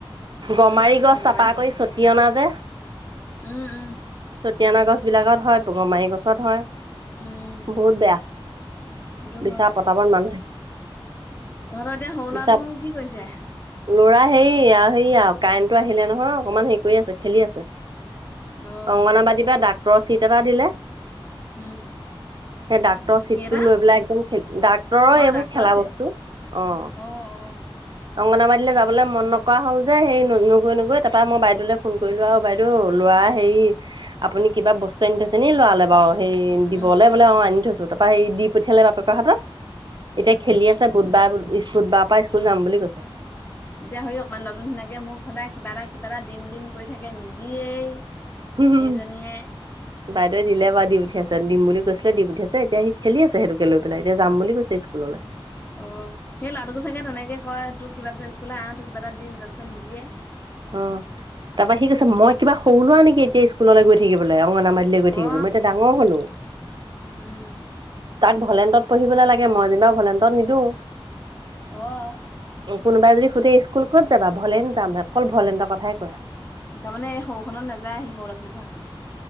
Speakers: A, on the right (about 55°); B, on the left (about 20°).
A: গমাৰি
B: তেনেকুৱাই
A: গছ তাৰপা
B: হ'ব।
A: ছটি অনা যে
B: উম, উম।
A: চতিয়না গছ বিলাকত হয় গমাৰি গছত হয়।
B: উম
A: বহুত বেয়া
B: সেইটো
A: বিচৰা
B: হয়
A: পতাবত মানুহ থাকে
B: তহঁতৰ এতিয়া সৰু
A: বিচা
B: ল'ৰাটো কি কৰিছে?
A: ল'ৰা হেৰি আৰু হেৰি আৰু কাৰেণ্টটো আহিলে নহয়। অকমান হেৰি কৰি আছে খেলি আছে।
B: অ
A: অংগনাবাদীৰ পৰা ডাক্তৰৰ চিট এটা দিলে।
B: উম।
A: সেই ডাক্তৰৰ চিটতটো
B: কি এটা
A: লৈ পেলাই একদম, ডাক্তৰৰ
B: অ
A: এইবোৰ
B: ডাক্তৰৰ
A: খেলা
B: চিট
A: বস্তু। অ'
B: অ' অ'।
A: অংগনাবাদীলৈ যাবলৈ মন নকৰা হ'ল যে, সেই নগৈ-নগৈ, তাৰপৰা মই বাইদেউলে ফোন কৰিলোঁ আৰু বাইদেউ টোৰ ল'ৰাই হেৰি আপুনি কিবা বস্তু আনি থৈছে নি লৰালে বাৰু, সেই দিবলৈ
B: উম
A: বোলে, অ', আনি থৈছোঁ। তাৰপাৰ সেই দি পঠিয়ালে বাপেকৰ হাতত, এতিয়া
B: উম।
A: খেলি আছে। বুধবাৰ স্কুল বুধবাৰ পৰা স্কুল যাম বুলি কৈছে।
B: এতিয়া হেই অকমান নতুন সিনাকে, মোক সদায় কিবা এটা কিবা এটা দিম দিম কৰি থাকে, নিদিয়েই।
A: উম।
B: এইজনীয়ে
A: বাইদেউ দিলে বাৰ দি পঠিয়াইছে। দিম বুলি কৈছিলে, দি পঠিয়াইছে। এতিয়া সি খেলি আছে, সেইতোকে লৈ পেলাই। এতিয়া যাম বুলি কৈছে স্কুল ল'লে।
B: অ' সেই ল'ৰাটোকো চাগে তেনেকে কয়, তোক কিবা এটা স্কুললৈ আহ, তোক কিবা এটা দিম, তাৰপিছত নিদিয়ে।
A: অ' তাৰপৰা সি কৈছে, মই কিবা সৰু লোৱা নেকি এতিয়া স্কুললৈ গৈ থাকিবলৈ, অংগনাবাড়ি লৈ গৈ থাকিবলৈ।
B: অ
A: মই এতিয়া ডাঙৰ হলোঁ।
B: উম
A: তাক ভলেণ্টত পঢ়িবলে লাগে। মই যেনিবা ভলেণ্টত নিদিওঁ।
B: অ'
A: কোনোবাই যদি সুধে, স্কুল ক'ত যাবা? ভলেন্ত যাম, অকল ভলেণ্টৰ কথাই কয়।
B: তাৰমানে, এই সৰু খনত নাযায়, এই সৰু লৰা-ছোৱালী পঢ়া খনত।